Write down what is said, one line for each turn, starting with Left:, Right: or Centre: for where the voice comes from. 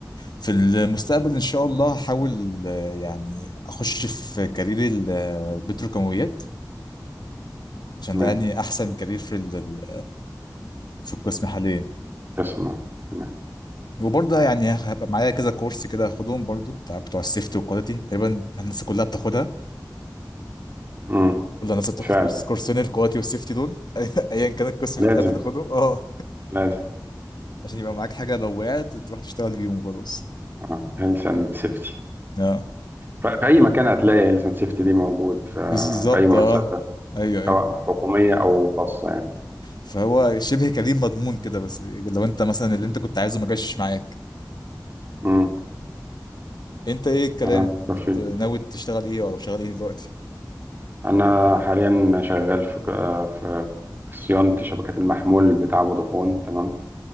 Left: في المستقبل ان شاء الله هحاول آه، يعني اخش في كارير البتروكيماويات عشان
Right: تمام
Left: ده يعني احسن كارير في ال- ال- في القسم حاليا
Right: تسمع تمام
Left: وبرضه يعني هبقى معايا كذا كورس كده هاخدهم برضه بتاع بتوع السيفتي والكواليتي تقريبا الناس كلها بتاخدها
Right: مم.
Left: كل الناس بتاخد
Right: فعلا
Left: كورس كورسين الكواليتي والسيفتي دول <laughs> ايا كان القسم
Right: لازم
Left: بتاعك بتاخدهم اه
Right: لازم
Left: عشان يبقى معاك حاجه لو وقعت تروح تشتغل بيهم وخلاص
Right: اه هيلث اند سيفتي
Left: اه
Right: في أي مكان هتلاقي هيلث اند سيفتي دي موجود في
Left: بالظبط
Right: في أي مؤسسة
Left: اه ايوه ايوه
Right: سواء حكومية أو خاصة يعني
Left: فهو شبه كريم مضمون كده بس لو انت مثلا اللي انت كنت عايزه ما جاش معاك
Right: امم
Left: انت ايه الكلام
Right: آه، توفيق
Left: بت... ناوي تشتغل ايه او شغال ايه دلوقتي
Right: أنا حاليا شغال في ك- آه، في صيانة شبكات المحمول بتاع فودافون تمام